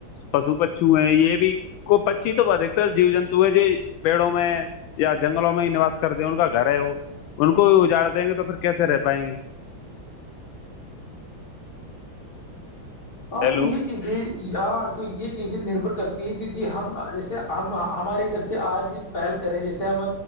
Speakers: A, on the left (about 75°); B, on the left (about 40°).
A: پشو پچو ہیں یہ بھی کو پچی تو ادھکتر جی جنت <inaudible> تو جی پیڑوں میں یا جنگلوں میں ہی نواس کرتے ہیں ان کا گھر ہے وہ <inaudible> ان کو بھی اجاڑ دیں گے تو پھر کیسے رہ پائیں گے
B: ہاں
A: ہیلو
B: تو یہ چیزیں ہاں تو یہ چیزیں نربھر کرتی ہے کیونکہ ہم جیسے ہم ہمارے گھر سے آج ہی پہل کریں جیسے ہم